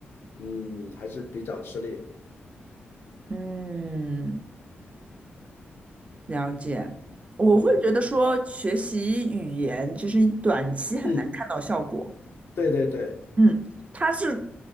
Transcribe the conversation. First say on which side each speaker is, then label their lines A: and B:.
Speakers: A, on the left; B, on the right.
A: 嗯，还是比较吃力。
B: 嗯，了解。我会觉得说，
A: 嗯
B: 学习语言就是你短期很难看到效果。
A: 嗯，对对对
B: 嗯，它是